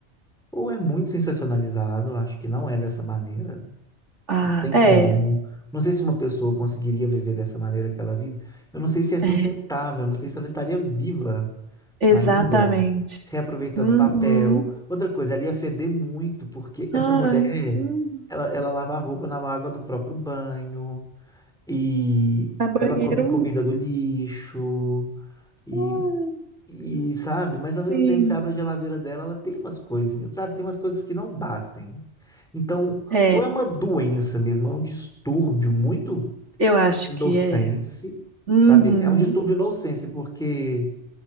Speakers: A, in the centre; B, on the right (about 75°).
A: Ou é muito sensacionalizado, acho que não é dessa maneira
B: Ah,
A: tem
B: é,
A: como. Não sei se uma pessoa conseguiria viver dessa maneira que ela vive. Eu não sei se é sustentável,
B: é,
A: não sei se ela estaria viva
B: exatamente.
A: ainda, reaproveitando
B: Uhum.
A: papel. Outra coisa, ela ia feder muito, porque essa
B: Ai,
A: mulher,
B: uhum.
A: ela, ela lava a roupa na água do próprio banho, e
B: A banheira.
A: ela come
B: Uhum.
A: comida do lixo, e
B: Ai,
A: e sabe, mas ao mesmo
B: sim.
A: tempo, você abre a geladeira dela, ela tem umas coisinhas, sabe? Tem umas coisas que não batem. Então,
B: É,
A: ou é uma doença mesmo, é um distúrbio muito
B: eu acho
A: nonsense,
B: que é. Uhum.
A: sabe? É um distúrbio nonsense, porque